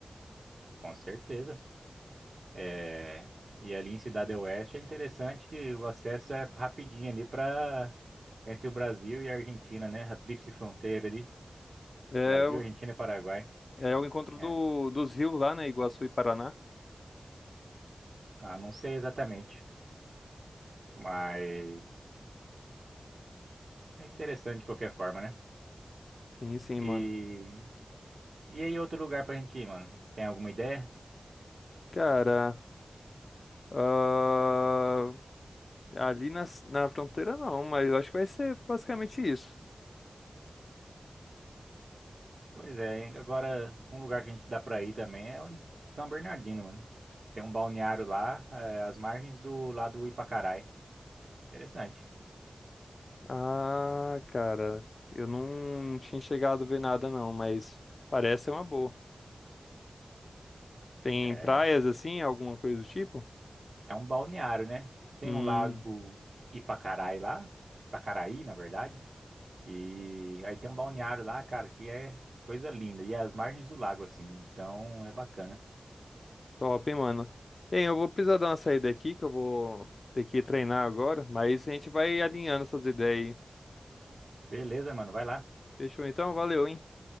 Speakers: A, on the right; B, on the left.
A: Com certeza. É, e ali em Cidade Oeste é interessante que o acesso é rapidinho ali para entre o Brasil e a Argentina, né? A tríplice fronteira ali,
B: É,
A: Brasil,
B: o-
A: Argentina e Paraguai.
B: é o encontro
A: É,
B: do, dos rios lá, né? Iguaçu e Paraná.
A: ah, não sei exatamente, mas é interessante de qualquer forma, né?
B: Sim, sim,
A: E,
B: mano.
A: e aí outro lugar pra gente ir, mano? Tem alguma ideia?
B: Cara, ah, Ali na, na fronteira não, mas eu acho que vai ser basicamente isso.
A: Pois é, hein? agora um lugar que a gente dá pra ir também é o em São Bernardino, mano. Tem um balneário lá, eh, às margens do lado do Ipacarai. Interessante.
B: Ah, cara, eu não, não tinha chegado a ver nada não, mas parece ser uma boa. Tem
A: É.
B: praias assim, alguma coisa do tipo?
A: É um balneário, né? Tem
B: Hum,
A: o lago Ipacarai lá, Ipacaraí, na verdade. E aí tem um balneário lá, cara, que é coisa linda. E é as margens do lago, assim. Então é bacana.
B: top, hein, mano. Bem, eu vou precisar dar uma saída aqui, que eu vou ter que ir treinar agora, mas a gente vai alinhando essas ideias aí.
A: Beleza, mano, vai lá.
B: Fechou então? Valeu, hein?